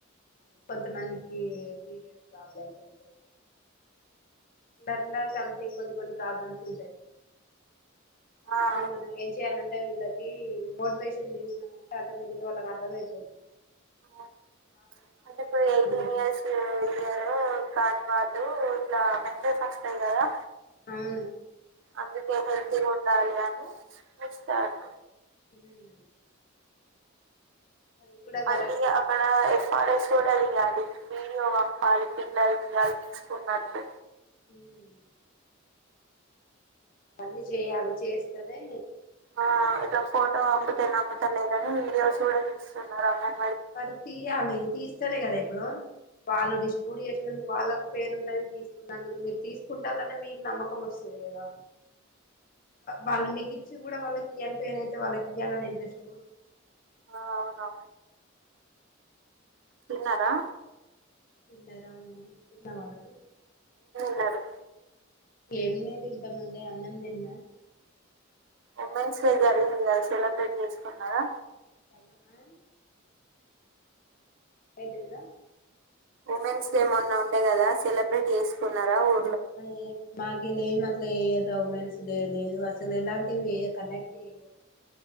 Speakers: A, on the left; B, on the right.
A: కొంతమందికి పీరియడ్స్ ప్రాబ్లమ్స్ ఉంటాయ్ అట్లా సమ్థింగ్ కొన్ని కొన్ని ప్రాబ్లమ్స్ ఉంటాయ్ వత్తే
B: ఆ
A: మనం ఏం చేయ్యాలండి వీళ్ళకి మోటివేషన్ చేసినమంటే ఆటోమేటిక్గా వాళ్ళకి అర్థమై పోతుంది
B: ఆ అంటే ఇప్పుడు ఎయిటీన్
A: ఇట్లా
B: ఇయర్స్ అయ్యారు కానీ వాళ్ళు ఇట్లా మెంగస్ వస్తాయి కదా
A: అవును
B: అందుక్ ఏమో హెల్తీగా ఉండాలి అని ఇన్కెస్తారు.
A: ఉమ్ అది కూడా
B: మళ్ళీ
A: కరెక్టే
B: అ అక్కడ ఎఫ్ ఆర్ ఎ స్ట్ తొడెయ్యాలీ వీడియో వంపాలీ పిక్ లైడు లైడు తీసుకున్నటూ
A: హ్మ్ మ్ అవన్నీ చేయాలి చేస్తేనే
B: ఆ ఇప్పుడు ఒక ఫోటో అమ్ముతే నమ్ముతలేరని వీడియోస్ కూడా తీస్తున్నారు ఆమెని
A: అది తియాలీ తీస్ తనే కదా ఇప్పుడు వాళ్ళు డిస్ట్రిబ్యూట్ చేసినందుకు వాళ్ళకు పేరుంటది తీసి న్నందుకు మీరు తీసుకుంటాలనే మీ నమ్మకం వస్తది కదా వాళ్ళు మీకిచ్చి కూడా వాళ్ళకి ఇయ్యని పేరయితే వాళ్ళకి ఇయ్యాలని ఇంట్రెస్ట్
B: ఆ అవును తిన్నారా
A: తిన్నారాండి తిన్నావా మరి
B: న్నారు
A: ఏం లేదు ఇంత ముందే అన్నం తిన్న
B: ఉమెన్స్ డే జరిగింది అది సెలబ్రేట్ చేస్ కొన్నారా
A: <inaudible> ఏంటిదిరా
B: ఉమెన్స్ డే మొన్న ఉండే కదా సెలబ్రేట్ చేసుకున్నారా ఒ
A: <unintelligible> ఇలేం అట్లా ఎయదు ఉమెన్స్ డే లేదు అసలు ఏలాంటివి ఏవి కండక్ట్ చెయ్యా